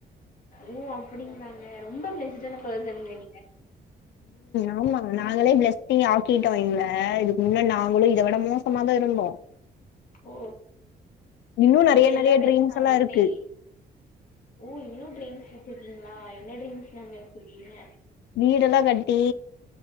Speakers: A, on the left; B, on the left.
A: ஓ அப்டிங்காளங்க ரொம்ப பிளஸ்டான பெர்சனுங்க நீங்க
B: ஆமாங்க நாங்களே பிளஸ்சிங் ஆக்கிட்டோ எங்ள இதுக்கு முன்ன நாங்களு இத விட மோசமா தா இருந்தோ
A: ஓ
B: இன்னு நெறைய
A: இப்ப
B: நெறைய
A: எல்லா பெருசான
B: ட்ரீம்ஸ் எல்லா
A: உன்னே
B: இருக்கு
A: ஓ இன்னு ட்ரீம்ஸ் வச்சிருக்கீங்களா என்ன ட்ரீம்ஸ்ங்கங்க வச்சிருக்கீங்க
B: வீடெல்லா கட்டி